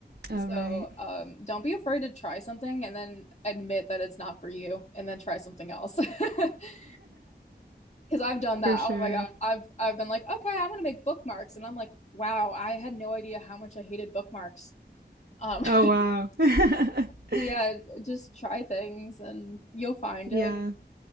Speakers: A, on the right (about 75°); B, on the left (about 40°).
A: Oh,
B: So,
A: right.
B: um, don't be afraid to try something and then admit that it's not for you and then try something else. <laughs> Because I've
A: <laughs>
B: done that.
A: For sure.
B: Oh my God. I've I've been like, okay, I'm gonna make bookmarks. And I'm like, wow, I had no idea how much I hated bookmarks. Um,
A: Oh,
B: <laughs> so
A: wow. <laughs>
B: yeah, just try things and you'll find
A: Yeah.
B: it.